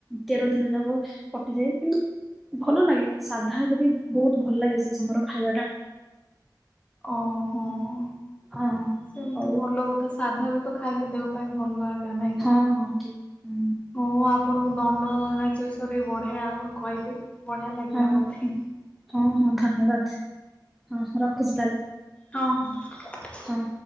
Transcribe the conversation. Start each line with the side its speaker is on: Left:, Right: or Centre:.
Centre: ତେର ଦିନ ଯାକ କଟିଯାଏ କିନ୍ତୁ ଭଲ ଲାଗେ ସାଧା ହେଲେ ବି ବହୁତ ଭଲ ଲାଗେ ସେ ସମୟର ଖାଇବା ଟା।
Left: ଓ ହୋ ହୋ।
Centre: ହଁ।
Left: ସେମିତି
Centre: ହଉ
Left: ଭଲ କଥା ସାଧା ବି ତ ଖାଇଲେ ଦେହ ପାଇଁ ଭଲ ଏକା ନାଇଁ କି।
Centre: ହଁ ହଁ ଠିକ। ହୁଁ।
Left: ହଁ ଆପଣଙ୍କୁ ଦଣ୍ଡ ନାଚଷରେ ବଢିଆ ଆପଣ କହିଲେ। ବଢିଆ ଲାଗିଲା
Centre: ହଁ ହଁ
Left: ମତେ।
Centre: ହଁ ହଁ ଧନ୍ୟବାଦ ହଁ ରଖୁଛି ତାହେଲେ।
Left: ହଁ ହଁ।
Centre: ହଁ।